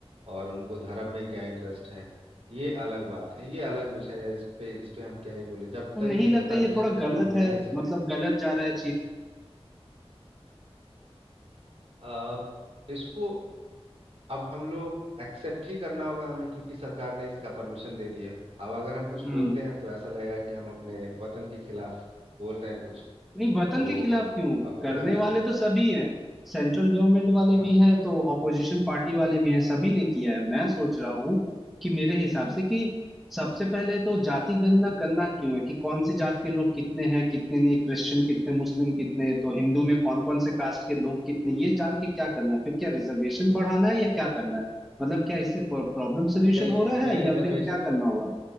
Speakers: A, on the right; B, in the centre.
A: और उनको धर्म में क्या इंटरेस्ट है ये अलग बात है ये अलग विषय है इस पे इस पे हम क्या ही बोले जब
B: तो नहीं
A: तक ये
B: लगता
A: होता
B: ये
A: नहीं उस
B: थोड़ा
A: पे
B: गलत
A: तो हम कह
B: है
A: नहीं सकते
B: मतलब गलत जा रहा है
A: आ, इसको अब हम लोग एक्सेप्ट ही करना होगा हमें क्योंकि सरकार ने इसका परमिशन दे दिया अब अगर हम कुछ
B: चीज
A: बोलते हैं तो ऐसा लगेगा कि हम अपने वतन के खिलाफ बोल रहे हैं कुछ
B: नहीं वतन
A: तो
B: के खिलाफ क्यों
A: अभी
B: करने
A: तो हमें
B: वाले तो सभी हैं सेंट्रल गवर्नमेंट वाले
A: हाँ
B: भी हैं तो ऑपोजिशन पार्टी वाले भी हैं सभी ने किया है मैं सोच रहा हूँ कि मेरे हिसाब से कि सबसे पहले तो जाति गणना करना क्यों है कि कौन सी जात के लोग कितने हैं कितने नहीं क्रिश्चियन कितने मुस्लिम कितने तो हिंदू में कौन कौन से कास्ट के लोग कितने ये जान के क्या करना है फिर क्या रिजर्वेशन बढ़ाना है या क्या करना है मतलब क्या इससे प्रॉब्लम सोल्यूशन
A: नहीं
B: हो
A: इसमें
B: रहा है या
A: रिजर्वेशन
B: फिर क्या करना होगा